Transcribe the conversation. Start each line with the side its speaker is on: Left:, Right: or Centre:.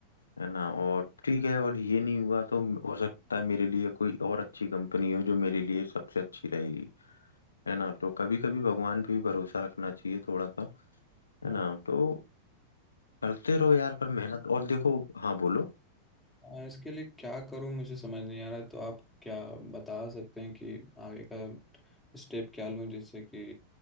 Left: है ना और ठीक है और ये नहीं हुआ तो हो सकता है मेरे लिए कोई और अच्छी कंपनी हो जो मेरे लिए सबसे अच्छी रहेगी है ना तो कभी कभी भगवान पे भी भरोसा रखना चाहिए थोड़ा सा है
Centre: हाँ।
Left: ना तो करते रहो यार पर मेहनत और देखो हाँ बोलो
Centre: आ, इसके लिए क्या करूं मुझे समझ नहीं आ रहा तो आप क्या बता सकते हैं कि आगे का स्टेप क्या लूं जिससे कि